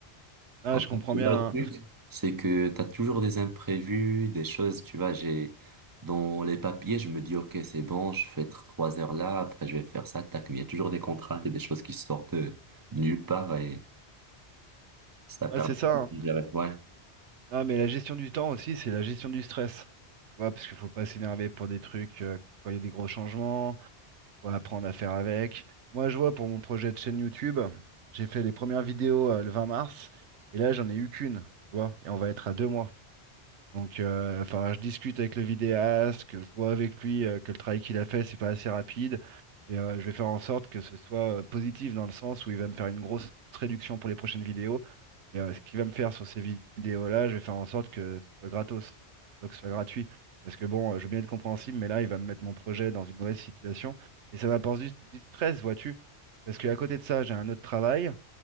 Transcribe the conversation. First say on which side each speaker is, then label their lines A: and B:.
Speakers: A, on the right; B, on the right.
A: Ah,
B: En
A: je
B: fait,
A: comprends
B: tu
A: bien.
B: vois, le
A: hein.
B: truc, c'est que tu as toujours des imprévus, des choses, tu vois, j'ai dans les papiers, je me dis, ok, c'est bon, je fais tr- trois heures là, après je vais faire ça, tac, mais il y a toujours des contraintes et des choses qui sortent de nulle part, et ça permet
A: Ah, c'est ça.
B: pas de
A: hein.
B: me gérer. Ouais.
A: Ah, mais la gestion du temps aussi, c'est la gestion du stress. Tu vois, parce qu'il faut pas s'énerver pour des trucs euh, quand il y a des gros changements. Faut apprendre à faire avec. Moi, je vois pour mon projet de chaîne YouTube, j'ai fait les premières vidéos euh, le 20 mars. Et là, j'en ai eu qu'une. Tu vois, et on va être à deux mois. Donc, euh, enfin, je discute avec le vidéaste, que je vois avec lui euh, que le travail qu'il a fait, c'est pas assez rapide. Et euh, je vais faire en sorte que ce soit euh, positif dans le sens où il va me faire une grosse réduction pour les prochaines vidéos. Et euh, ce qu'il va me faire sur ces vi- vidéos-là, je vais faire en sorte que ce soit gratos, pas que ce soit gratuit. Parce que bon, euh, je veux bien être compréhensible, mais là, il va me mettre mon projet dans une mauvaise situation. Et ça m'apporte du, du stress, vois-tu. Parce qu'à côté de ça, j'ai un autre travail.